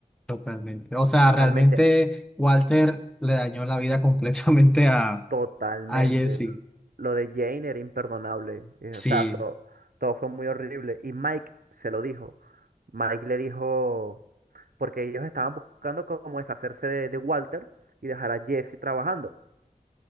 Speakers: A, in the centre; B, on the right.
A: Totalmente. O sea,
B: Totalmente.
A: realmente Walter le dañó la vida completamente a,
B: Totalmente.
A: a Jesse.
B: L- Lo de Jane era imperdonable. eh,
A: Sí,
B: O sea, todo, todo fue muy horrible. Y Mike se lo dijo. Mike le dijo, porque ellos estaban buscando como deshacerse de, de Walter y dejar a Jesse trabajando.